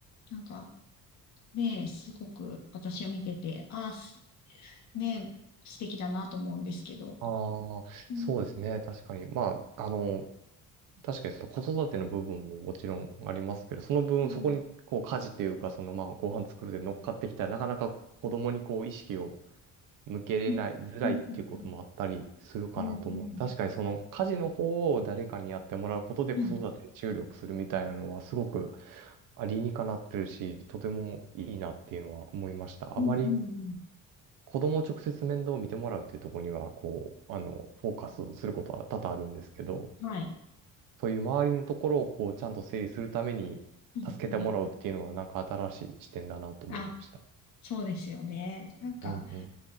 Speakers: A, on the left; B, on the right.
A: なんか、ね、すごく私は見てて、ああ、ね、素敵だなと思うんですけど。
B: ああ、
A: うん、
B: そうですね。確かに。まあ、あの、確かにその子育ての部分ももちろんありますけど、その分そこにこう家事というか、
A: うん、
B: そのまあご飯作るで乗っかってきたら、なかなかこう子供にこう意識を向けれない、
A: うん、
B: づらいっていうこともあったりするかなと思う。
A: うん、うん、うん、うん、
B: 確かにその家事の方を誰かにやってもらうことで子育てに注力するみたいなのはすごく
A: うん、うん、
B: あ理にかなってるし、とてもいいなっていうのは思いました。
A: うん
B: あまり子供を直接面倒を見てもらうっていうところには、こう、あの、フォーカスすることは多々あるんですけど、
A: うんはい。
B: そういう周りのところをこうちゃんと整理するために助けてもらうっていうのはなんか新しい視点だなと思いました。
A: うん、うん。あ、そうですよね。なんか、
B: うんうん。